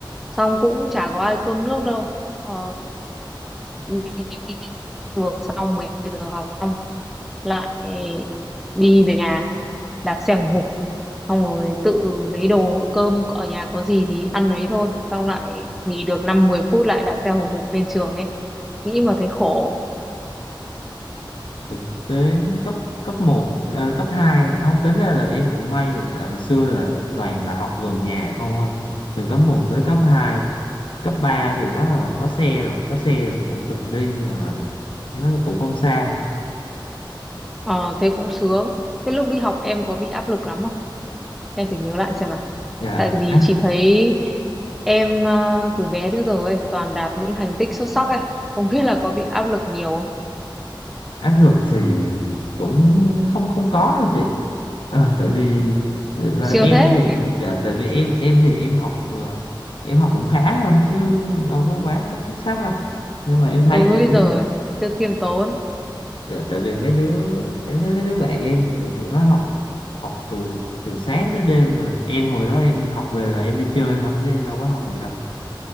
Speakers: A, in the centre; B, on the left (about 80°).
A: xong cũng chả có ai cơm nước đâu ờ, đi trường xong 12 giờ học xong lại đi về nhà đạp xe hùng hục xong rồi tự lấy đồ cơm ở nhà có gì thì ăn đấy thôi xong lại nghỉ được năm mười phút lại đạp xe hùng hục lên trường ấy nghĩ mà thấy khổ
B: thực tế cấp cấp một à, cấp 2 không tính ra là em cũng may là tại hồi xưa là toàn là học gần nhà không thôi từ cấp một tới cấp hai cấp 3 thì bắt đầu có xe rồi có xe rồi cũng tự đi mà nó cũng không xa
A: ờ thế cũng sướng thế lúc đi học em có bị áp lực lắm không em phải nhớ lại xem nào
B: dạ,
A: tại vì
B: áp,
A: chị thấy em ờ, từ bé đến giờ ấy toàn đạt những thành tích xuất sắc ấy không biết là có bị áp lực nhiều không
B: áp lực thì cũng không không có đâu chị Ờ, tại vì là
A: siêu
B: em
A: thế
B: thì dạ, tại vì em em thì em học ờ, em học cũng khá thôi chứ đâu có quá xuất sắc đâu nhưng
A: <laughs>
B: mà em thấy
A: ôi
B: kiểu
A: giời cứ khiêm tốn
B: Dạ, tại vì mấy đứa em thấy mấy đứa bạn em kiểu tụi nó học học từ từ sáng tới đêm mà em hồi đó em học về là em đi chơi không chứ em đâu có học gì đâu